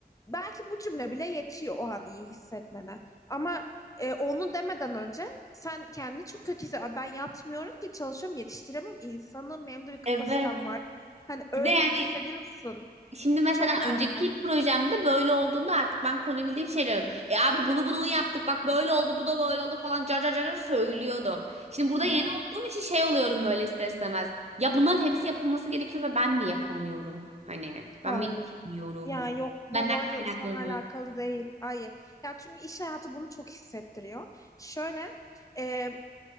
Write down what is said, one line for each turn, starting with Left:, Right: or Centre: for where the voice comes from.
Left: belki bu cümle bile yetiyor o an iyi hissetmene. Ama e, onu demeden önce sen kendini çok kötü hissediyorsun. Ben yatmıyorum ki çalışıyorum yetiştiremem insanım benim de bir kapasitem
Right: evet.
Left: var. Hani öyle
Right: Bir de yani
Left: hissediyorsun.
Right: Şimdi mesela
Left: Çok normal.
Right: önceki projemde böyle olduğunda artık ben konuyu bildiğim şey diyorum. E abi bunu bunu yaptık bak böyle oldu bu da böyle oldu falan car car car car söylüyordum. Şimdi burada
Left: Hı
Right: yeni
Left: hı.
Right: olduğum için şey oluyorum böyle ister istemez. Ya bunların hepsi yapılması gerekiyor ve ben mi yapamıyorum? Hani ben
Left: Hayır.
Right: mi bilmiyorum?
Left: Ya yok bu
Right: Benden
Left: bu arada
Right: kaynaklı
Left: seninle
Right: mı?
Left: alakalı değil. Hayır. Ya çünkü iş hayatı bunu çok hissettiriyor. Şöyle e,